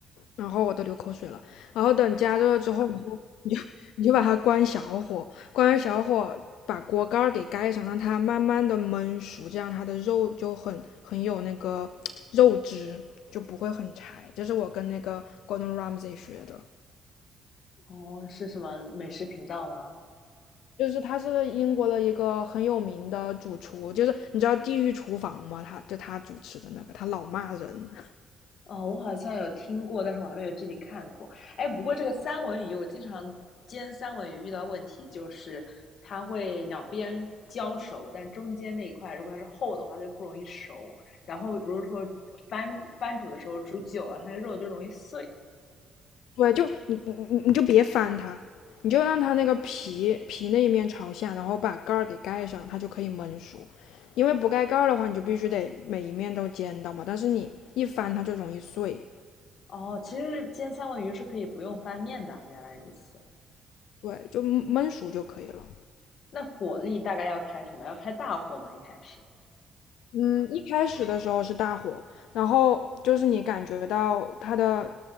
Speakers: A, on the left (about 80°); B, on the left (about 60°).
A: 然后我都流口水了。然后等加热了之后，你就你就你就把它关小火，关完小火把锅盖儿给盖上，让它慢慢的焖熟，这样它的肉就很很有那个肉汁，就不会很柴。这是我跟那个 Gordon Ramsay 学的，
B: 哦，是什么美食频道吗？
A: 就是他是英国的一个很有名的主厨，就是你知道地狱厨房吗？他就他主持的那个，他老骂人。
B: 哦，我好像有听过，但是我还没有具体看过。哎，不过这个三文鱼，我经常煎三文鱼遇到问题就是它会两边焦熟，但中间那一块如果它是厚的话就不容易熟。然后如果说翻翻煮的时候煮久了，它的肉就容易碎。
A: 对，就你你你你就别翻它，你就让它那个皮皮那一面朝下，然后把盖儿给盖上，它就可以焖熟。因为不盖盖儿的话，你就必须得每一面都煎到嘛，但是你一翻它就容易碎。
B: 哦，其实煎三文鱼是可以不用翻面的，原来如此。
A: 对，就焖焖熟就可以了。
B: 那火力大概要开什么？要开大火吗？一开始？
A: 嗯，一开始的时候是大火，然后就是你感觉到它的